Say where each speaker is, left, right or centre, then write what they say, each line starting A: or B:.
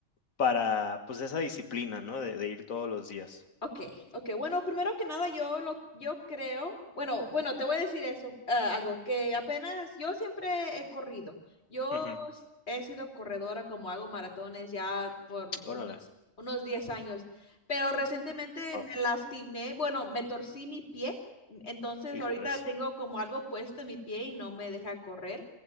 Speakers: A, on the left (about 80°); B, on the left (about 50°).
A: para, pues esa disciplina, ¿no? De, de ir todos los días.
B: Ok, ok. Bueno, primero que nada, yo lo, yo creo, bueno, bueno, te voy a decir eso, ah, algo que apenas, yo siempre he corrido. Yo
A: Ujú.
B: s- he sido corredora, como hago maratones ya por unos,
A: Órale,
B: unos 10 años, pero recientemente
A: wow,
B: me lastimé, bueno, me torcí mi pie, entonces
A: híjoles.
B: ahorita Híjole. tengo como algo puesto en mi pie y no me deja correr.